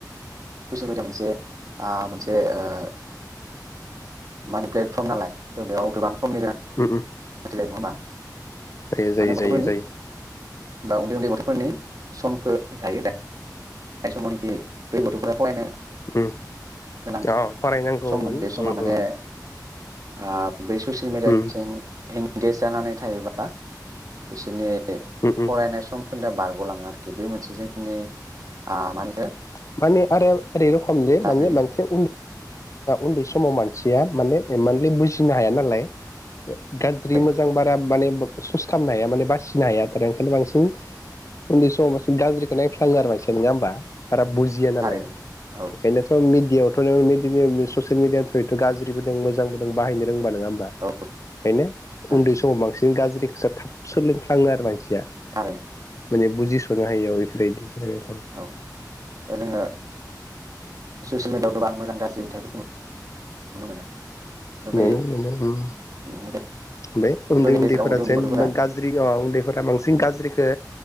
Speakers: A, on the right; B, on the left.
A: ससेयेल मिडिया आ मोनसे ओ मान प्लेटफर्म नालाय थ बेयाव गोबां समनि <unintelligible>
B: उम उम।
A: नङाबा
B: जायो जायो
A: माने गथ'फोरनि
B: जायो जायो
A: बा उन्दै उन्दै गथ'फोरनि समखौ जायो दा ज समानखि बे गथ'फोरा फरायनो
B: उम
A: गोनां
B: अ फरायनांगौमोन
A: सममोन
B: उम
A: बे समा माने
B: उम
A: आ बे ससियेल मिडिया
B: उम
A: बिथिं एंगेज जानानै थायोबा बिसोरनि
B: उम उम
A: फरायनाय सम खोनदोआ बारग'लाङो आरोखि बे मोनसे जोंनि आ <unintelligible>
B: <unintelligible> उन्दै समाव
A: गाज्रि
B: मानसिफोराबो
A: दिग
B: उन्दै समाव मानसिया माने एमानदि बुजि फिनो हाया नालाय गाज्रि
A: थारैनो
B: मोजां बारा माने सुस खालामनो हाया माने बासिनो हाया ओंखायनो बांसिन उन्दै समाव बांसिन गाज्रिखौ नायफ्लाङो आरो मानसिया नङा होमबा बारा बुजिया नालाय
A: थारैनो औ
B: इखायनो मिडियाआवथ' नों बेदिनो ससेयल मिडियानिखुंइथ गाज्रिबों दं मोजांबो नों बाहायनो रोंबा नङा होनबा बेखायनो
A: औ थारैनो
B: उन्दै समाव बांसिन जों गाज्रिखोसो थाब सोलोंफ्लाङो आरो मानसिया।
A: <unintelligible>
B: माने बुजिस'नो हायियाव बेफोरबायदि आरो।
A: औ दा जोङो ससियेल मिडियाआव गोबां मोजां गाज्रि नुथाइफोरखौ नुनो मोनो। दा
B: नुनो मोनो उम
A: बै
B: बेै उन्दै
A: बेफोरनि
B: उन्दैफोरा
A: गेजेराव उन्दै उन्दै
B: जेन
A: गथ'फोरा
B: गाज्रि गाज्रि उन्दैफोरा बांसिन गाज्रिखौ